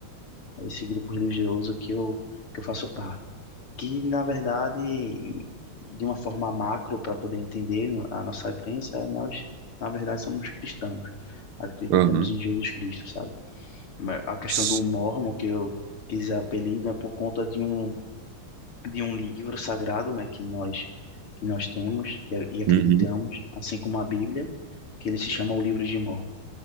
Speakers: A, on the left; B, on the right.
A: a esse grupo religioso que eu, que eu faço parte. Que, na verdade, de uma forma macro, para poder entender a nossa crença, nós, na verdade, somos cristãos. Acreditamos
B: uhum,
A: em Jesus Cristo, sabe? Mas A questão
B: s-
A: do mormon, que eu quis apelido, é por conta de um, de um livro sagrado, né, que nós, que nós temos e, a- e acreditamos,
B: uhum,
A: assim como a Bíblia, que ele se chama o Livro de Mormon.